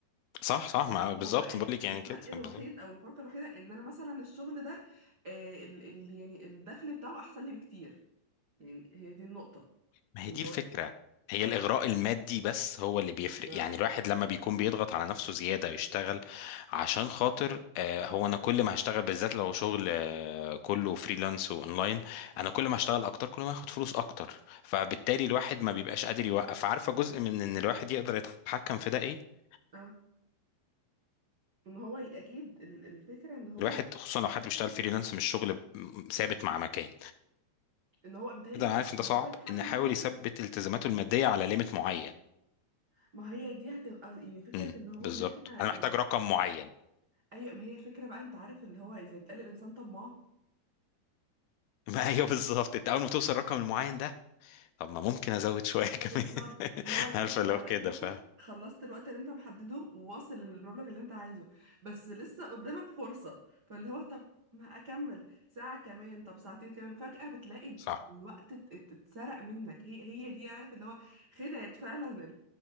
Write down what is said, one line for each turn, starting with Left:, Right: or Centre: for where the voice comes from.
Left: صح صح مع بالظبط
Right: هو الف-
Left: بقول لك يعني
Right: الفرق
Left: كده
Right: الوحيد
Left: بالظبط
Right: او الفرق الوحيده ان انا مثلا الشغل ده آه، ال ال يعني الدخل بتاعه احسن لي بكتير يعني هي دي النقطه
Left: ما هي
Right: اللي
Left: دي الفكره
Right: هو
Left: هي
Right: اه
Left: الاغراء المادي بس هو اللي بيفرق
Right: بالظبط
Left: يعني الواحد لما بيكون بيضغط على نفسه زياده يشتغل عشان خاطر آه، هو انا كل ما هشتغل بالذات لو شغل آه، كله فريلانس واونلاين انا كل ما هشتغل اكتر كل ما هاخد فلوس اكتر فبالتالي الواحد ما بيبقاش قادر يوقف عارفه جزء من ان الواحد يقدر يتحكم في ده ايه
Right: اه ان هو ي- اكيد ال- الفكره ان هو
Left: الواحد
Right: ي-
Left: خصوصا لو حد بيشتغل فريلانس مش شغل ب- م- ثابت مع مكان
Right: ان هو بالتالي
Left: كده
Right: ال-
Left: انا عارف ان ده
Right: ان
Left: صعب
Right: هو يحدد
Left: ان يحاول
Right: نفسه
Left: يثبت التزاماته الماديه على ليميت معين
Right: ما هي دي هتبقى يعني فكره
Left: امم
Right: ان هو
Left: بالظبط
Right: ان احنا
Left: انا محتاج رقم معين
Right: اي ما هي الفكره بقى انت عارف اللي هو اذا بيتقال الانسان طماع
Left: <laughs> ما ايوه بالظبط انت اول ما توصل الرقم المعين ده طب ما ممكن ازود شويه كمان
Right: بالظبط
Left: <laughs>
Right: اللي هو انت
Left: عارفه
Right: مثلا
Left: لو
Right: لو
Left: كده
Right: لقيت نفسك
Left: ف
Right: خلصت الوقت اللي انت محدده وواصل للمبلغ اللي انت عايزه بس لسه قدامك فرصة فاللي هو طب ما اكمل ساعة كمان طب ساعتين كمان فجأة بتلاقي
Left: صح
Right: الوقت ات- ات- اتسرق منك هي هي دي عارف اللي هو خدعت فعلا